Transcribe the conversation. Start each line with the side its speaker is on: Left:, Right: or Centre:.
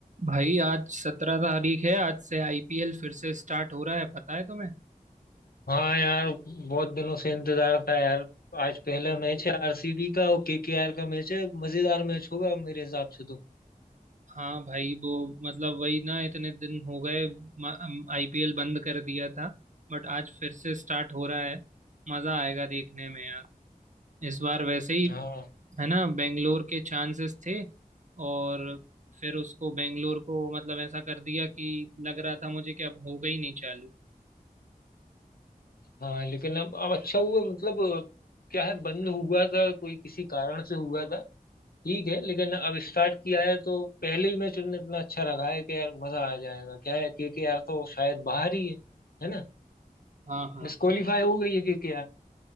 Right: भाई आज सत्रह तारीख है आज से आईपीएल फिर से स्टार्ट हो रहा है पता है तुम्हें
Left: हाँ यार बहुत दिनों से इंतजार था यार आज पहला मैच है आरसीबी का और केकेआर का मैच है मजेदार मैच होगा मेरे हिसाब से तो
Right: हाँ भाई वो मतलब वही ना इतने दिन हो गए आईपीएल बंद कर दिया था बट आज फिर से स्टार्ट हो रहा है मजा आएगा देखने में यार इस बार वैसे ही
Left: हाँ
Right: है ना बेंगलोर के चांसेस थे और फिर उसको बेंगलोर को मतलब ऐसा कर दिया कि लग रहा था मुझे कि अब होगा ही नहीं चालू
Left: हाँ लेकिन अब अब अच्छा हुआ मतलब अ, क्या है बंद हुआ था कोई किसी कारण से हुआ था ठीक है लेकिन अब स्टार्ट किया है तो पहले ही मैच उन्होंने इतना अच्छा रखा है कि यार मजा आ जाएगा क्या है केकेआर तो शायद बाहर ही है है ना
Right: हाँ हाँ
Left: डिस्क्वालीफाई हो गई है केकेआर